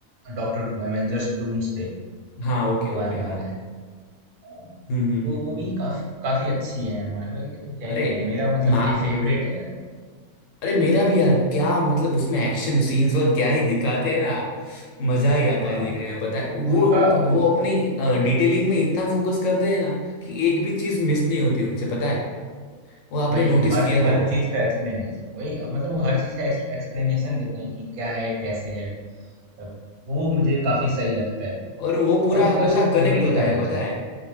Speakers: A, on the right (about 80°); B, on the left (about 70°).
A: डॉक्टर डूम एवेंजर्स डूम्सडे
B: हाँ ओके
A: वो
B: ओके
A: आने
B: हाँ
A: वाला है। हाँ,
B: हम्म हम्म
A: तो
B: हम्म
A: वो भी काफ़ी काफ़ी अच्छी है मार्वल के तो क्या
B: अरे
A: ही कहने मेरा मतलब
B: मा
A: फे फेवरेट है यार।
B: अरे मेरा भी यार क्या मतलब उसमें एक्शन सीन्स और क्या ही दिखाते हैं ना मजा ही आता
A: हाँ,
B: है देखने में पता है वो
A: उनका
B: वो,
A: उन
B: वो अपनी डिटेलिंग में इतना फोकस करते हैं ना कि एक भी चीज मिस नहीं होती उनसे पता है वो आपने
A: वही
B: नोटिस
A: हर
B: किया होगा
A: हर चीज का एक्सप्लेनेशन वही मतलब वो हर चीज का एक्सप्लेनेशन देते हैं कि क्या है कैसे है तब वो मुझे काफी सही लगता है
B: और वो पूरा
A: और उनका
B: पूरा
A: स्टोरी
B: कनेक्ट
A: भी
B: होता है
A: काफी अच्छा
B: पता
A: है
B: है